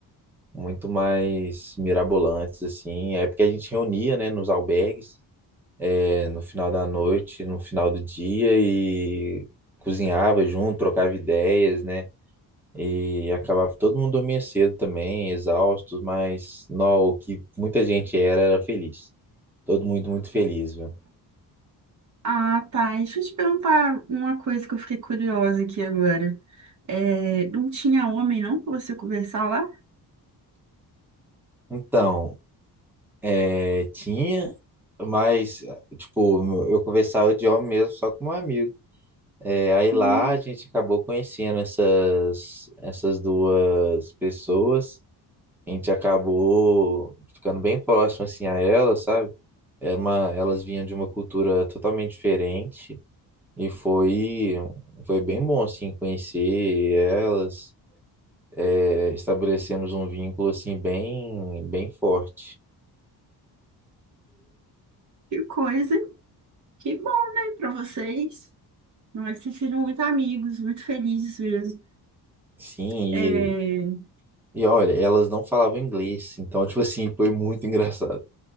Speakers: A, in the centre; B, on the right.
A: muito mais mirabolantes assim. É porque a gente reunia, né, nos albergues, é, no final da noite, no final do dia e cozinhava junto, trocava ideias, né? E acabava todo mundo dormia cedo também, exaustos, mas não, o que muita gente era, era feliz. Todo mundo muito feliz, viu?
B: Ah, tá. Deixa eu te perguntar uma coisa que eu fiquei curiosa aqui agora. É, não tinha homem, não, para você conversar lá?
A: Então, é, tinha, mas, tipo, eu conversava de homem mesmo, só com um amigo. É, aí
B: Hum,
A: lá a gente acabou conhecendo essas, essas duas pessoas. A gente acabou ficando bem próximo, assim, a elas, sabe? Era uma, elas vinham de uma cultura totalmente diferente e foi, foi bem bom, assim, conhecer elas. É, estabelecemos um vínculo, assim, bem, bem forte.
B: que coisa. Que bom, né, para vocês. Não Nós se viram muito amigos, muito felizes mesmo.
A: Sim,
B: É,
A: e, e olha, elas não falavam inglês, então, tipo assim, foi muito <laughs> engraçado.